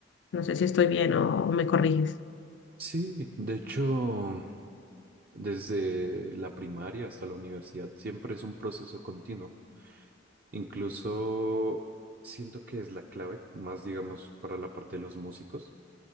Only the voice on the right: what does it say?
Sí, de hecho, desde la primaria hasta la universidad siempre es un proceso continuo. Incluso siento que es la clave, más digamos para la parte de los músicos